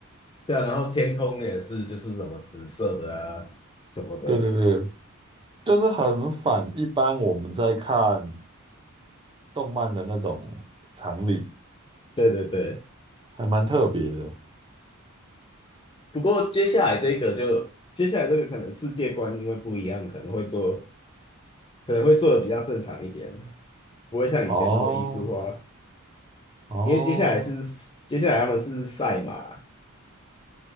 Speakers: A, on the left (about 25°); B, on the right (about 25°).
A: 对啊，然后天空也是就是什么紫色的啊什么的，
B: 对对对，就是很反一般我们在看动漫的那种常理，
A: 对对对。
B: 还蛮特别的。
A: 不过接下来这个就接下来这个可能世界观因为不一样，可能会做可能会做的比较正常一点，不会像以前那么艺术化。
B: 哦哦，
A: 因为接下来是接下来他们是赛马，